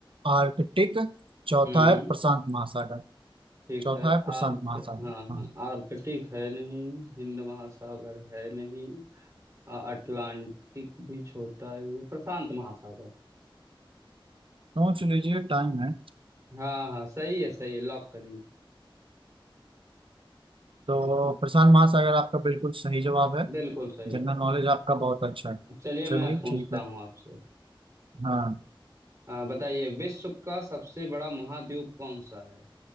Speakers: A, on the right; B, on the right.
A: आर्कटिक चौथा
B: हम्म
A: है प्रशांत महासागर
B: ठीक
A: चौथा
B: है
A: है प्रशांत
B: आर्क
A: महासागर
B: हाँ हाँ
A: हाँ
B: आर्कटिक है नहीं हिंद महासागर है नहीं अ, अटलांटिक भी छोटा है ये प्रशांत महासागर
A: सोच लीजिए टाइम है
B: हाँ हाँ सही है सही है लॉक करिए
A: तो प्रशांत महासागर आपका बिल्कुल सही जवाब है
B: बिल्कुल सही
A: जनरल
B: जवाब
A: नॉलेज आपका बहुत अच्छा है
B: चलिए
A: चलिए
B: मैं पूछता
A: ठीक है
B: हूँ आपसे
A: हाँ
B: आ, बताइए विश्व का सबसे बड़ा महाद्वीप कौन सा है